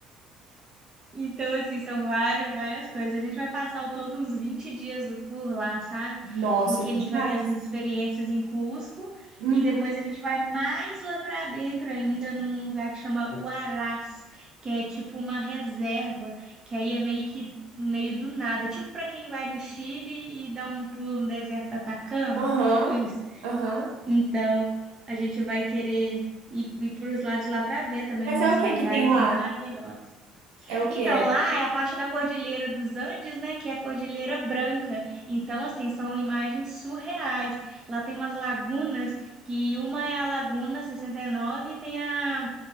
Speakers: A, on the right; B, on the right.
A: Então, assim, são várias, várias coisas. A gente vai passar ao todo uns 20 dias por lá, sabe?
B: Nossa,
A: Porque
B: que
A: a gente
B: demais.
A: vai ter essas experiências em Cusco
B: Uhum.
A: e depois a gente vai mais lá para dentro ainda, num lugar que chama Huaraz, que é tipo uma reserva, que aí é meio que meio do nada, tipo para quem vai no Chile e dá um pulo no deserto do Atacama,
B: Aham.
A: tipo isso.
B: Aham.
A: Então, a gente vai querer ir, ir para os lados lá para ver também
B: Mas
A: umas
B: é o que
A: paisagens
B: que tem lá?
A: maravilhosas.
B: É o que?
A: Então, lá é a parte da Cordilheira dos Andes, né, que é a Cordilheira Branca. Então, assim, são imagens surreais. Lá tem umas lagunas, que uma é a Laguna 69 e nove e tem a